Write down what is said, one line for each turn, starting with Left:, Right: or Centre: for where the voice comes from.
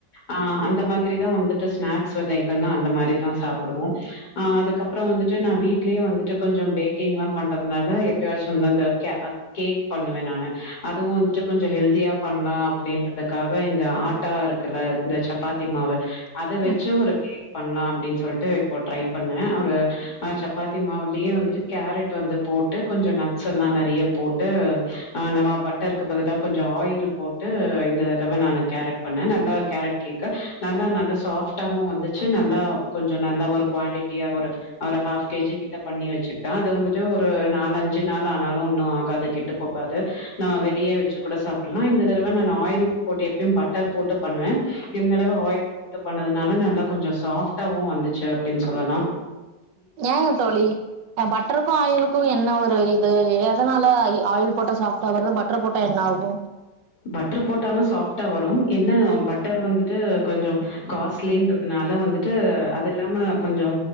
Left: ஆ அந்த மாதிரிதா வந்துட்டு ஸ்நாக்ஸ் வகைகள்லா அந்த மாரிதா சாப்டுவோ ஆ அதுக்கப்றோ வந்துட்டு நா வீட்லயே வந்துட் டு கொஞ்சோ பேக்கிங்லா பண்றத்னால எப்யாச்சு அந்த கே க் பண்ணுவே நானு அதுவு வந்துட்டு கொஞ்சோ ஹெல்தியா பண்லா அப்டின்றதுக்காக இந்த ஆ ட்டா இருக்குல்ல இந்த சப்பாத்திமாவு அத வெச்சு
Right: ம்
Left: ஒரு கேக் பண்லா அப்டின் சொல்ட்டு இப்போ ட்ரை பண்ணே ஒரு சப்பாத்தி மாவு லியே வந்துட்டு கேரட் வந்து போட்டு கொஞ்ச நட்ஸ்ஸல்லா நெறய போட்டு ஆ நம்ம பட்டர்க்கு பதிலா கொஞ்சோ ஆயில் போட்டு இந்த தடவ நானு கேரட் பண்ணே நல்லா கேரட் கேக்கு நல்லா நல்ல சாப்ட்டாவு வந்துச்சு நல்லா கொஞ்சோ நல்ல ஒரு குவான்டிட் டியா ஒரு ஒரு ஹாஃப் கேஜி கிட்ட பண்ணி வெச்சுட்டோ அது வந்துட்டு ஒரு நாலு அஞ்சு நாளு ஆனாலு ஒன்னு ஆகாது கெட்டு போகாது நா வெளிய வெச்சு கூட சாப்புட்ற இந்த தடவ நா ஆயில் போட்டு எப்பியு பட்டர் போட்டு பண்ணுவே இந்தெடெவ ஆயில் போட்டு பண்ணதுனால நல்லா கொஞ்சோ சாஃப்டாவு வந்துச்சு அப்டின் சொல்லலா
Right: ஏங்க தோழி பட்ருக்கு ஆயிலுக்கு என்ன ஒரு இது எ தனால அயி ஆயில் போட்டா சாஃப்டா வருது பட்ரு போட்டா என்ன ஆகு
Left: பட்ரு போட்டாலு சாஃப்டா வரும் என்ன பட் பட்டர் வந்துட்டு கொஞ்சொ காஸ்ட்லின்றதுனால வந்துட்டு அது இல்லாம கொஞ்சொ